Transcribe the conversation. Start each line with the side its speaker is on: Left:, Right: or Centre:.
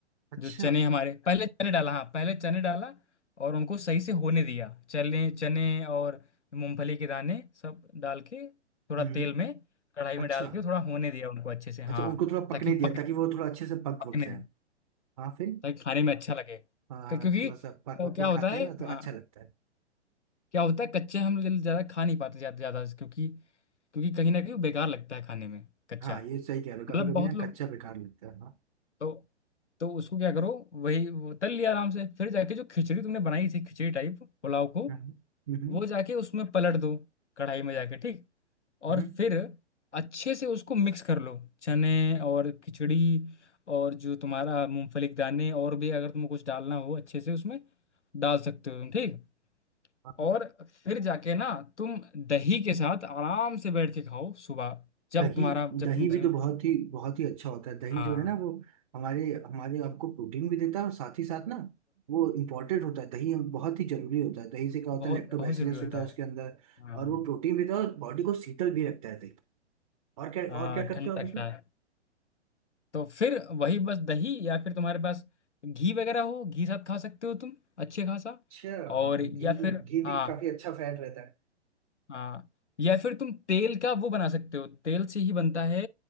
Right: अच्छा
Left: जो चने हमारे पहले चने डाला हाँ पहले चने डाला और उनको सही से होने दिया चने चने और मूंगफली के दाने सब डाल के थोड़ा
Right: हम्म
Left: तेल में कढ़ाई में
Right: अच्छा
Left: डाल के थोड़ा होने दिया उनको अच्छे से हाँ
Right: अच्छा उनको थोड़ा
Left: ताकि
Right: पकने दिया
Left: पक
Right: ताकि वो थोड़ा अच्छे से पक
Left: पकने
Right: वक जाए हाँ फिर
Left: ताकि खाने में अच्छा लगे
Right: हाँ हाँ
Left: क- क्योंकि
Right: थोड़ा
Left: अ,
Right: सा पक वक
Left: क्या
Right: के
Left: होता
Right: खाते
Left: है
Right: हैं ना तो
Left: हाँ
Right: अच्छा लगता है
Left: क्या होता है कच्चे हम लोग ज्यादा खा नहीं पाते ज्यादा ज्यादा क्योंकि क्योंकि कहीं ना कहीं वो बेकार लगता है खाने में कच्चा
Right: हाँ ये सही कह रहे हो
Left: मतलब
Right: कभी कभी
Left: बहुत
Right: ना
Left: लोग
Right: कच्चा बेकार लगता है हाँ
Left: तो तो उसको क्या करो वही वो तल लिया आराम से फिर जाके जो खिचड़ी तुमने बनाई थी खिचड़ी टाइप पुलाव को
Right: हम्म हम्म हम्म,
Left: वो जाके उसमें पलट दो कढ़ाई में जाके ठीक
Right: हम्म,
Left: और फिर अच्छे से उसको मिक्स कर लो चने और खिचड़ी और जो तुम्हारा मूंगफली के दाने और भी अगर तुम कुछ डालना हो अच्छे से उसमें डाल सकते हो तुम ठीक
Right: हाँ हाँ
Left: और फिर जाके ना तुम दही के साथ आराम से बैठ के खाओ सुबह जब
Right: दही
Left: तुम्हारा जब
Right: दही
Left: तुम जिम
Right: भी तो बहुत ही बहुत ही अच्छा होता है दही
Left: हाँ
Right: जो है ना वो हमारे हमारे आपको प्रोटीन भी देता है और साथ ही साथ ना वो इम्पोर्टेंट होता है दही हम- बहुत ही जरूरी होता है दही से क्या होता
Left: बहुत
Right: है लैक्टोबैसिलस
Left: बहुत जरूरी होता
Right: होता है उसके
Left: है
Right: अंदर
Left: हाँ
Right: और वो प्रोटीन भी देता है और बॉडी को शीतल भी रखता है दही और क्या
Left: हाँ
Right: और क्या करते
Left: ठंड
Right: हो आप
Left: लगता
Right: इसमें
Left: है तो फिर वही बस दही या फिर तुम्हारे पास घी वगैरह हो घी साथ खा सकते हो तुम अच्छे खासा
Right: अच्छा
Left: और
Right: हाँ
Left: या
Right: घी भी
Left: फिर
Right: घी भी
Left: हाँ
Right: काफी अच्छा फैट रहता है
Left: हाँ या फिर तुम तेल का वो बना सकते हो तेल से ही बनता है